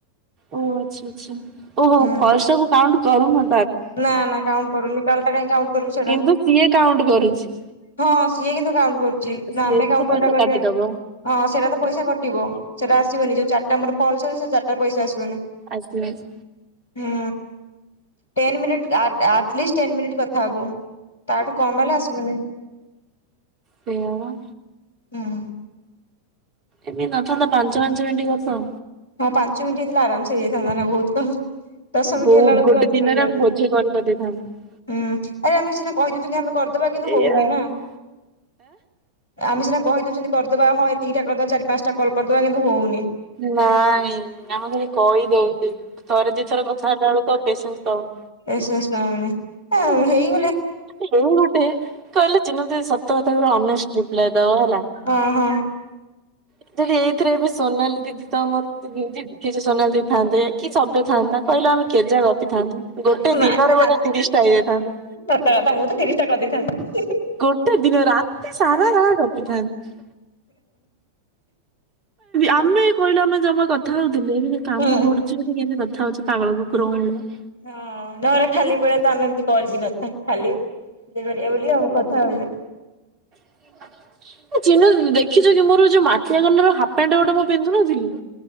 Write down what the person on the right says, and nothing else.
ଓ ଆଚ୍ଛା ଆଚ୍ଛା ଓହୋ
ଫାଷ୍ଟକୁୁ କାଉଣ୍ଟ କରୁ ନ
କିନ୍ତୁ ସିଏ କାଉଣ୍ଟ୍ କରୁଛି।
ସିଏ
କିନ୍ତୁ
ପଇସା
କାଟିଦବ।
ଆସିବ ଆସିବ।
ସେୟା ପା।
ଏମତି ନଥାନ୍ତା ପାଞ୍ଚ ପାଞ୍ଚ ମିନିଟ୍ କଥା
ବହୁତ
ଗୋଟେ
ଦିନରେ
ଆମେ ବୋଝେ କଲ୍ କରିଦେଇଥାନ୍ତେ।
ଏଇଆ
ଆଁ
ନାଇଁ ଆମେ ଖାଲି କହିଦଉଛି ଥରେ ଦି ଥର କଥାବାର୍ତ୍ତା ବେଳକୁ ଆଉ ପେସେନ୍ସ ପାଉନି।
ଏଇ ଗୋଟେ କହିଲେ ଚିହ୍ନ ସତ କଥା ଅନେଷ୍ଟ ରିପ୍ଲାଏ ଦବ ହେଲା।
ଏଥିରେ, ହେଇଥିରେ ଏବେ ସୋନାଲି ଦିଦି ତ ଆମର କିଛି ସୋନାଲି ଦିଦି ଥାଆନ୍ତେ। କି ସବ୍ୟ ଥାନ୍ତା। କହିଲ ଆମେ କେ ଜାଳ ଥାନ୍ତୁ, ଗୋଟେ
ଦିନରେ
ବୋଧେ ତିରିଶ ଟା ହେଇଯାଇଥାନ୍ତା।
ଗୋଟେ ଦିନ, ରାତି ସାରା ଆମେ ଗପିଥାନ୍ତୁ। ଆମେ କହିଲୁ ଆମେ ଜମା କଥା ହଉଥିଲେ? କାମ
ପଡୁଚି ବଲି କେମିତି କଥା କଥା ହଉଛି ପାଗଳ କୁକୁର ଭଳିଆ।
ହ ଏ ଚିନା ଦିଦି, ଦେଖିଛ କି ମୋର ଯୋଉ ମାଟିଆ କଲର ହାପ୍ ପେଣ୍ଟ, ଗୋଟେ ମୁଁ ପିନ୍ଧୁନଥିଲି?